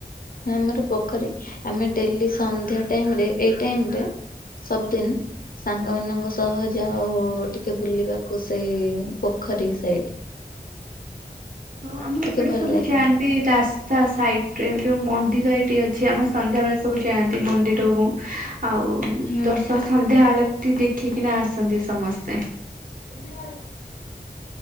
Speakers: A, on the left; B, on the right.
A: ଆମର ପୋଖରୀ, ଆମେ ଡେଲି ସନ୍ଧ୍ୟା ଟାଇମ୍ ରେ ଏଇ ଟାଇମ୍ ରେ ସବୁଦିନ୍ ସାଙ୍ଗମାନଙ୍କ ସହ ଯାଉ ଟିକେ ବୁଲିବାକୁ ସେଇ ପୋଖରୀ ସାଇଟ୍। <inaudible>
B: ହଁ ଆମ
A: ଟିକେ
B: ଏପଟେ
A: ଭଲ
B: ସବୁ
A: ଲାଗେ
B: ଯାଆନ୍ତି ରାସ୍ତା ସାଇଟ୍ ରେ ଯୋଉ ମନ୍ଦିର ଏଇଟି ଅଛି, ଆମର ସନ୍ଧ୍ୟା ବେଳେ ସବୁ ଯାଆନ୍ତି ମନ୍ଦିରକୁ। ଆଉ
A: ହୁଁ
B: ଦର୍ଶ ସନ୍ଧ୍ୟାଆଳତୀ ଦେଖିକିନା ଆସନ୍ତି ସମସ୍ତେ।
A: <inaudible>